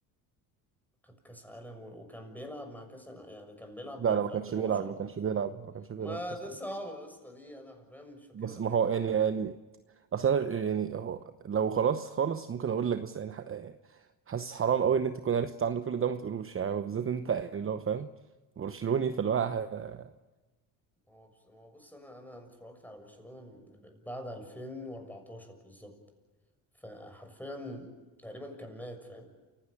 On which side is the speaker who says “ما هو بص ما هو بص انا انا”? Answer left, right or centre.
Centre